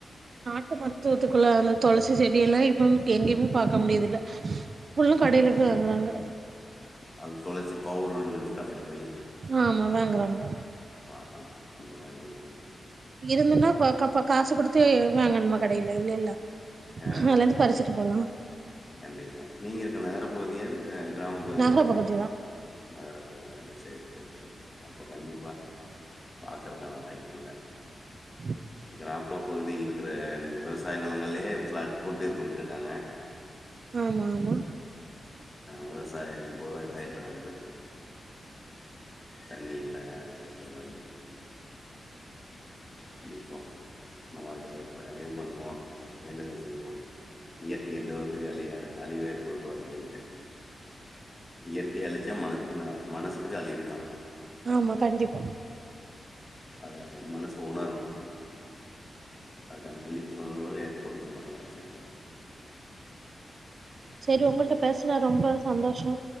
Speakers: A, on the right (about 50°); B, on the left (about 25°).
A: ட்டு மருத்துவத்துக்குள்ள அந்த தொளசி செடி எல்லா இப்ப எங்கயுமே பாக்க முடியர்துல்ல புள்ளு
B: ம்
A: கடையில போய் வாங்கறாங்க
B: அது தொளசி பவுடரு சொல்ட்டு கடைல போய்
A: ஆமா வாங்கறாங்க
B: வாங்க அந்த மாரி விட்
A: இருந்துன்னாப்பப்க்கப்ப காசு குடுத்து வாங்கணுமா கடையில இல்லல்ல
B: ஆ
A: அதுல
B: ஹ இல்ல
A: இருந்து
B: இல்ல
A: பறிச்சுட்டு போலா
B: கண்டிப்பா நீங்க இருக்க நகரப்பகுதியா இல்ல இல்ல கிராம பகுதிய
A: நகர பகுதி தா
B: நகரப்பகுதிய சேரி சேரி சேரி அப்ப கண்டிப்பா பாக்கறக்கான வாய்ப்பு இல்ல
A: ம்
B: கிராம பகுதியில் இருக்கற விவசாய நெலங்கள்லயே ஃப்ளாட் போட்டு இது பண்ட்டு இருக்காங்க
A: ஆமா ஆமா
B: அ விவசாயம் பூரா இதாயிட்டு வந்து தண்ணி இல்ல <unintelligible> கண்டிப்பா நம்ம அதுக்காக இப்ப எது பண்ணுவோ வேண்டுதல் செய்வோ இயற்கை எந்த விதத்திலயு அலிய அழிவேற்பட கூடாது சொல்ட்டு இயற்கைய அழிச்சா ம மனுசனுக்கு அழிவுதா
A: ஆமா கண்டிப்பா
B: அதை மனசு உணரனு அதுக்கான விழிப்புணர்வு ஏற்படுத்தணு எல்லாருக்கு கண்டிப்பா
A: சரி உங்கள்ட்ட பேசுன ரொம்ப சந்தோஷோ